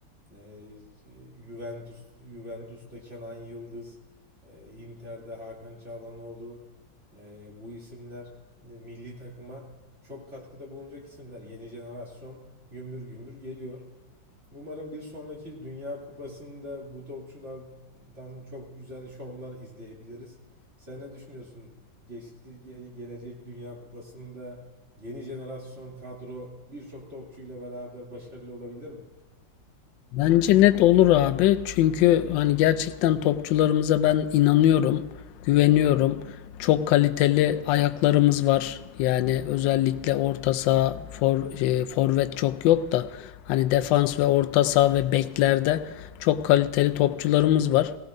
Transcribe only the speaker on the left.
Bence net olur abi. Çünkü hani gerçekten topçularımıza ben inanıyorum, güveniyorum. Çok kaliteli ayaklarımız var. Yani özellikle orta saha, for, e, forvet çok yok da hani defans ve orta saha ve beklerde çok kaliteli topçularımız var.